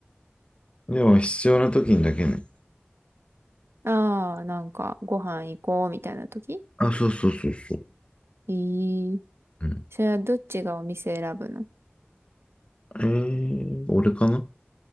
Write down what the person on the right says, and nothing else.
ああ、なんかご飯行こうみたいな時
えー、
それはどっちがお店選ぶの